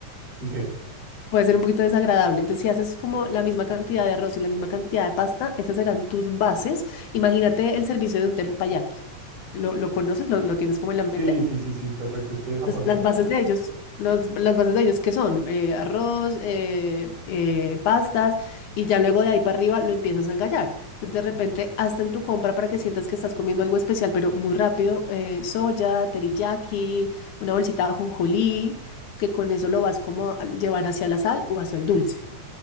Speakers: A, on the right; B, on the left.
A: Sí, sí.
B: puede ser un poquito desagradable. Entonces, si haces como la misma cantidad de arroz y la misma cantidad de pasta, esas serán tus bases. Imagínate el servicio de un tempayaki. ¿Lo, lo conoces? ¿Lo, lo tienes como en la mente?
A: Sí, sí, sí, sí, perfecto. Estoy de japonés.
B: Las, las bases de ellos, los- las bases de ellos, ¿qué son? Eh, arroz, eh, eh, pastas, y ya luego de ahí para arriba lo empiezas a engallar. Entonces, de repente, hasta en tu compra para que sientas que estás comiendo algo especial, pero muy rápido, eh, soya, teriyaki, una bolsita de ajonjolí, que con eso lo vas como a llevar hacia la sal o hacia el dulce.